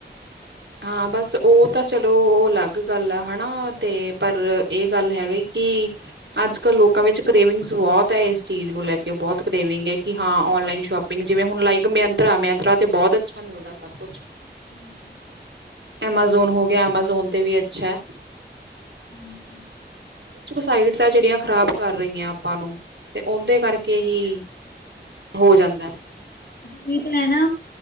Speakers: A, on the right; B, on the left.
A: ਹਾਂ ਬਸ ਉਹ ਤਾਂ ਚਲੋ ਅਲੱਗ ਗੱਲ ਐ ਹੈਨਾ, ਤੇ ਪਰ ਇਹ ਗੱਲ ਹੈ ਕਿ ਅੱਜ-ਕਲ ਲੋਕਾਂ ਵਿੱਚ ਕਰੇਵਿੰਗ ਬਹੁਤ ਹੈ, ਇਸ ਚੀਜ਼ ਨੂੰ ਲੈ ਕੇ ਬਹੁਤ ਕਰੇਵਿੰਗ ਹੈ ਕਿ ਹਾਂ ਆਨਲਾਈਨ ਸ਼ਾਪਿੰਗ ਜਿਵੇ ਹੁਣ ਲਾਇਕ ਮਯੀਂਤਰਾ ਮਈਂਤਰਾ ਬਹੁਤ ਅੱਛਾ ਮਿਲਦਾ ਸਭ ਕੁਛ।
B: । <unintelligible>
A: ਐਮਾਜ਼ੋਨ ਹੋ ਗਿਆ ਐਮਾਜ਼ੋਨ 'ਤੇ ਵੀ ਅੱਛਾ ਹੈ।
B: <unintelligible>
A: ਕੁਛ ਕੁ ਸਾਈਟਸ ਆ ਜਿਹੜੀਆਂ ਖ਼ਰਾਬ ਕਰ ਰਹੀਆਂ ਆਪਾਂ ਨੂੰ ਤੇ ਉਹਦੇ
B: ਹਾਂਜੀ
A: ਕਰਕੇ ਹੀ ਹੋ ਜਾਂਦਾ।
B: ਵੀ ਤੇ ਹੈ ਨਾ